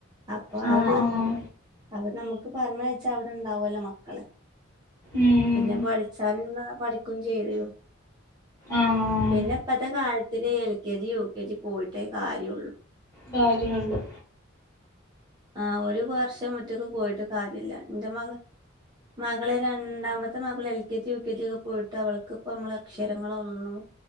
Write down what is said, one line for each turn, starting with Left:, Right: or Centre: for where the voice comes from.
Right: അപ്പൊ ആ
Left: ആഹ്
Right: ഒര്
Left: ആഹ്
Right: അപ്പൊ നമുക്ക് പറഞ്ഞ് വെച്ചാ അവിടെണ്ടാവല്ലോ മക്കള്.
Left: ഉം
Right: പിന്നെ പഠിച്ചാല് ള്ള പഠിക്കും ചെയ്യും
Left: ആഹ്
Right: പിന്നെ ഇപ്പത്തെ കാലത്തില് L K G U K G പോയിട്ടേ കാര്യൊള്ളൂ.
Left: കാര്യൊള്ളൂ.
Right: ആഹ് ഒരു വർഷം ഒറ്റക്ക് പോയിട്ട് കാര്യല്ല. ഇന്റെ മക മകളെ രണ്ടാമത്തെ മകൾ L K G U K G ഒക്കെ പോയിട്ട് അവൾക്ക് ഇപ്പോ നമ്മൾ അക്ഷരങ്ങളൊന്നും